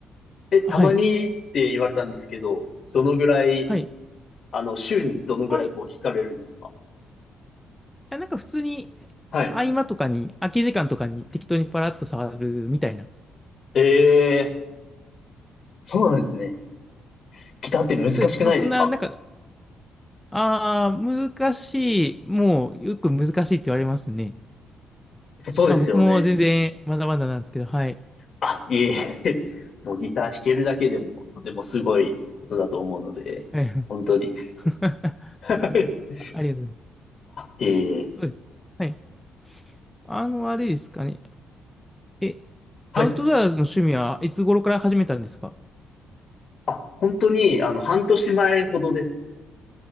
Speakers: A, on the left; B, in the centre.
A: え、たまにって言われたんですけど、
B: はい。
A: どのぐらい、
B: はい。
A: あの、週にどのぐらいこう弾かれるんですか
B: はい。あなんか普通に
A: はい。
B: 合間とかに、空き時間とかに適当にパラッと触るみたいな。
A: えー、そうなんですね。ギターって難しくないですか
B: そうです。まあそんな、なんか、ああ、難しい。もうよく難しいって言われますね。
A: そうですよね。
B: まあ僕も全然まだまだなんですけど、はい。
A: あ、いえいえ。<laughs> もうギター弾けるだけでも、とてもすごいことだと思うので、
B: はい。
A: 本当に。
B: <laughs>
A: <laughs>
B: ありがとうございま
A: あ、ええ
B: す。そうです。はい。あの、あれですかね。え、
A: はい。
B: アウトドアの趣味はいつ頃から始めたんですか
A: あ、本当に、あの、半年前ほどです。